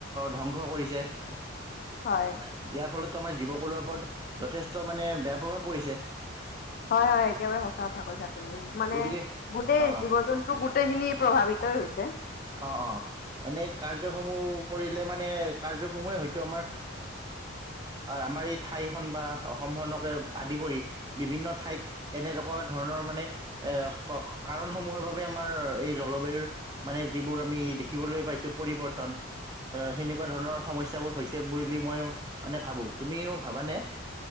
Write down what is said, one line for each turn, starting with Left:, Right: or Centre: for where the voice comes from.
Right: ধ্বংস কৰিছে। ইয়াৰ
Left: হয়,
Right: ফলত <unintelligible> জীৱকুলৰ ওপৰত যথেষ্ট মানে বেয়া প্ৰভাৱ পৰিছে।
Left: হয় হয় একেবাৰে <unintelligible> কৈছা তুমি, মানে
Right: গতিকে
Left: গোটেই
Right: আহ
Left: জীৱ জন্তু গোটেই খিনি প্ৰভাৱিতই হৈছে।
Right: অ', অ', এনেই কাৰ্যসমূহ কৰিলে মানে, কাৰ্যসমূহে হয়তো আমাৰ, আমাৰ এই ঠাইখন বা অসমখনকে আদি কৰি বিভিন্ন ঠাইক এনেকুৱা ধৰণৰ মানে এ, ক-কাৰণসমূহৰ বাবে আমাৰ এই জলবায়ুৰ মানে যিবোৰ আমি দেখিবলৈ পাইছোঁ পৰিৱৰ্তন, সেনেকুৱা ধৰণৰ সমস্যাবোৰ হৈছে বুলি মই মানে ভাবো, তুমিওঁ ভাবানে?